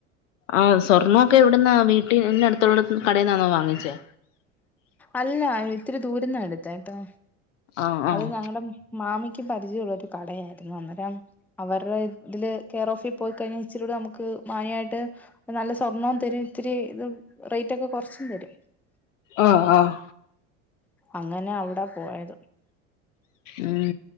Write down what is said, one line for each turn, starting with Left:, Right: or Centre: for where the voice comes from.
Left: ആഹ സ്വർണമൊക്കെ എവിടുന്നാ വീട്ട ന്റെ അടുത്തോള കടയിൽന്നാന്നോ വാങ്ങിച്ചേ
Centre: അല്ല ഇത്ര ദൂരന്ന അത് താട്ടോ
Left: ആഹ് ആഹ്
Centre: അത് ഞങ്ങളുടെ മ് മാമിക്ക് എക്ക് പരിചയമുള്ള ഒരു കടയായിരുന്നു അന്നേരം അവരുടെ ഇതില് കെയർ ഓഫിൽ പോയിക്കഴിഞ്ഞാൽ ഇച്ചിരി കൂടെ നമുക്ക് മാന്യമായിട്ട് നല്ല സ്വർണ്ണവും തരും ഇത്തിരി ഇത് റേറ്റ് ഒക്കെ കൊറച്ചും തരും
Left: ആഹ് ആഹ്
Centre: അങ്ങനെ ഔട പോയത്
Left: ഉം